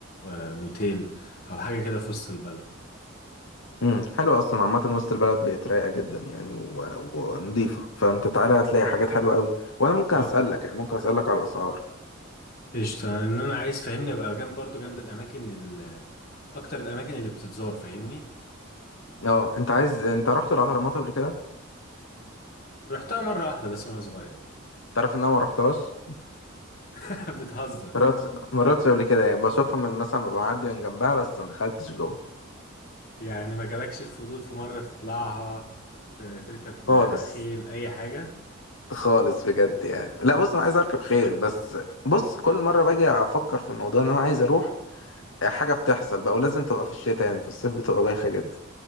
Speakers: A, on the left; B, on the left.
A: آه، موتيل أو حاجة كده في وسط البلد
B: امم حلو اصلا عامة وسط البلد بقت رايقة جدا يعني و... ونضيفة فانت تعالى هتلاقي حاجات حلوة قوي وانا ممكن
A: اه
B: اسألك يعني ممكن اسألك على الاسعار
A: قشطة إن أنا عايز فاهمني أبقى جنب برضو جنب الأماكن ال- أكتر الأماكن اللي بتتزار فاهمني
B: اه انت عايز انت رحت الاهرامات قبل كده
A: رحتها مرة واحدة بس وأنا صغير
B: تعرف ان انا ما رحتهاش
A: <laughs> بتهزر
B: مرات مرات قبل كده يعني بشوفها من مثلا ببقى معدي من جنبها بس ما دخلتش جوه
A: يعني ما جالكش الفضول في مرة تطلعها ت- تركب
B: خالص
A: آه، خيل أي حاجة
B: خالص بجد يعني لا بص انا عايز اركب خيل بس بص كل مره باجي افكر في الموضوع ان انا عايز اروح حاجه بتحصل بقى ولازم تبقى في الشتاء يعني في الصيف بتبقى بايخه جدا